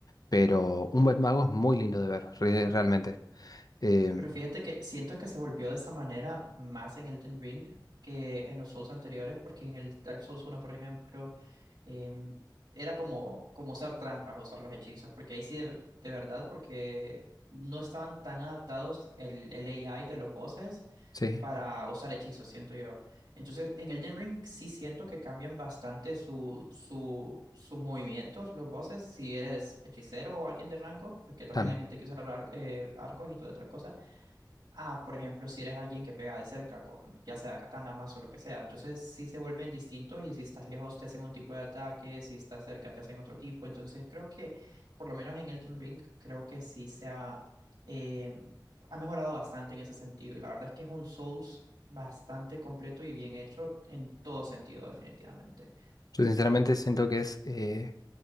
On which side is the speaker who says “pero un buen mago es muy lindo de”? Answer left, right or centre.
Left